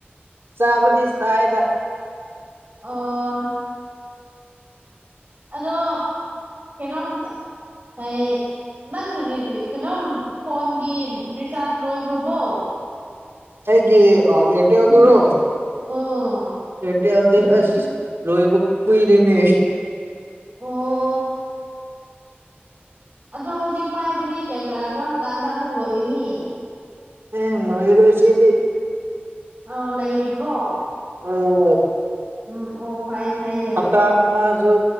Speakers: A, on the right (about 80°); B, on the right (about 45°).
A: ꯆꯥꯕꯗꯤ ꯆꯥꯏꯗ
B: ꯑꯣ ꯑꯗꯣ ꯀꯩꯅꯣꯝ ꯑꯩ ꯅꯪ ꯀꯩꯅꯣꯝ ꯐꯣꯟꯒꯤ ꯔꯤꯆꯥꯔꯖ ꯂꯣꯏꯈ꯭ꯔꯕꯣ
A: ꯑꯩꯒꯤ ꯑ ꯑꯦꯔꯇꯦꯜ ꯗꯨꯔꯣ
B: ꯑꯣ
A: ꯕꯦꯜꯗꯤ ꯑꯁ ꯂꯣꯏꯕ ꯀꯨꯏꯔꯅꯦ
B: ꯑꯣ ꯑꯗꯣ ꯍꯧꯖꯤꯛ ꯄꯥꯏꯕꯗꯤ ꯀꯔꯝ ꯀꯥꯟꯗ ꯑꯃꯨꯛ ꯂꯣꯏꯒꯅꯤ
A: ꯎꯝ ꯂꯣꯏꯔꯔꯣꯏꯁꯤꯗꯤ
B: ꯑꯧ ꯂꯩꯔꯤꯕ꯭ꯔꯣ
A: ꯑꯣ
B: ꯎꯝ ꯑꯣ ꯐꯩ ꯐꯩ ꯂꯩꯔꯗꯤ
A: ꯍꯞꯇꯥ ꯑꯃꯁꯨ